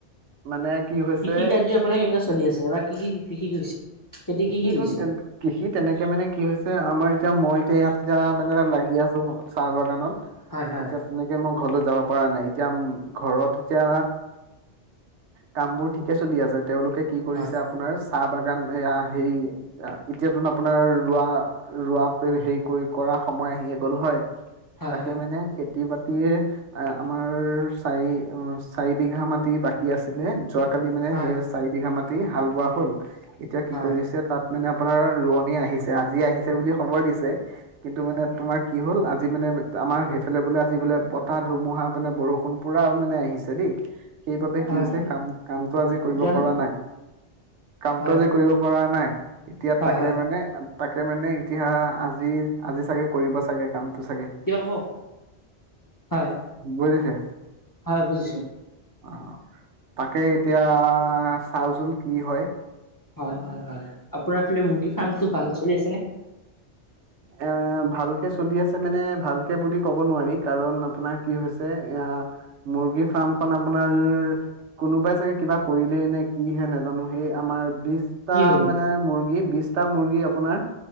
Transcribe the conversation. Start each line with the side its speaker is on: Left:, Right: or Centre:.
Right: মানে কি হৈছে
Left: কৃষি কাৰ্য্য আপোনাৰ কেনেকুৱা চলি আছে বা কি-কি কৃষি কৰিছে খেতি কি? কি
Right: এইটোন
Left: কৰিছে
Right: কৃষি তেনেকে মানে কি হৈছে আমাৰ এতিয়া মই এতিয়া ইয়াত এতিয়া এনেকে লাগি আছোঁ, চাহ বাগানত।
Left: হয় হয়
Right: এতিয়া তেনেকে মই ঘৰলৈ যাব পৰা নাই। এতিয়া ম ঘৰত এতিয়া কামবোৰ ঠিকে চলি আছে। তেওঁলোকে কি কৰিছে
Left: হয়
Right: আপোনাৰ চাহ বাগান এয়া সেই এতিয়াতোন আপোনাৰ ৰোৱা-ৰোৱা হেৰি কৰি কৰা সময় আহিয়ে গ'ল হয়।
Left: হয়
Right: তাকে মানে খেতি-বাতি মাটিয়ে আমাৰ চাৰি অ' চাৰি বিঘা মাটি বাকী আছিলে। যোৱাকালি মানে
Left: হয়
Right: সেই চাৰিবিঘা মাত হাল বোৱা হ'ল। এতিয়া কি
Left: হয়
Right: কৰিছে? তাত মানে আপোনাৰ ৰোৱনী আহিছে আজি আহিছে বুলি খবৰ দিছে, কিন্তু মানে তোমাৰ কি হ'ল, আজি মানে আমাৰ সেইফালে বোলে আজি বোলে বতাহ ধুমুহা মানে বৰষুণ পুৰা মানে আহিছে দেই। সেইবাবে কি
Left: হয়
Right: হৈছে কাম কামটো আজি কৰিব
Left: জানো
Right: পৰা নাই কামটো
Left: হয়
Right: আজি কৰিব পৰা নাই এতিয়া
Left: হয়
Right: তাকে
Left: হয়
Right: মানে, তাকে মানে এতিয়া আজি-আজি চাগে কৰিব চাগে কামটো চাগে।
Left: কিয় কব হয়
Right: বুজিছে,
Left: হয় বুজিছো
Right: অ তাকে এতিয়া চাওচোন কি হয়?
Left: হয়-হয়-হয়, আপোনাৰ সেই মুৰ্গীৰ ফাৰ্মটো ভালদৰে চলি আছে নে?
Right: এ ভালকে চলি আছে মানে ভালকে বুলি ক'ব নোৱাৰি কাৰণ আপোনাৰ কি হৈছে এ মুৰ্গী ফাৰ্মখনন আপোনাৰ কোনোবাই চাগে কিবা কৰিলেই নে কিহে নাজানো সেই আমাৰ বিশটা
Left: কি হ'ল
Right: মানে মুৰ্গী বিশ বিছটা মুৰ্গী আপোনাৰ